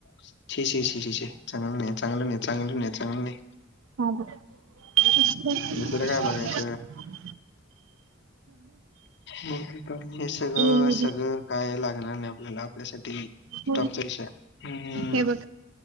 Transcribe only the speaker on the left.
<inaudible> शी शी शी, चांगल नाही चांगलं नाही चांगलं नाही चांगलं नाही
दुसरं
काय बघायचं हे सगळं
सगळ
काय लागणार नाही आपल्याला आपल्यासाठी
टॉपचा विषय हम्म